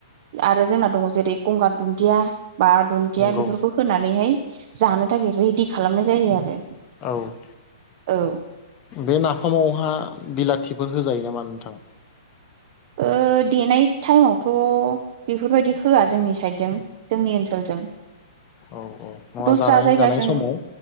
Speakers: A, on the right (about 35°); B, on the left (about 20°).
A: आरो जोंना दङ जेरै गंगार दुन्दिया बा दुन्दिया
B: नंगौ
A: बेफोरखौ होनानैहाय जानो थाखाय रेडि खालामनाय जायो आरो।
B: औ।
A: औ।
B: बे नाफामावहय बिलाथिफोर होजायो नामा नोंथां?
A: ओ देनाय टाइमावथ' बेफोरबायदि होआ जोंनि साइडजों जोंनि ओनसोलजों।
B: औ औ नङा
A: दस्रा
B: जानाय
A: जायगाजों
B: जानाय समाव